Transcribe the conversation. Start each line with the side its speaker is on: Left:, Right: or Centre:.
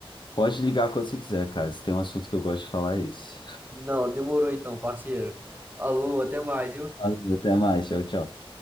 Left: Pode ligar quando você quiser, cara. Se tem um assunto que eu gosto de falar, é esse.
Right: Não, demorou então, parceiro. Alô, até mais, viu?
Left: Valeu, Até mais, tchau, tchau.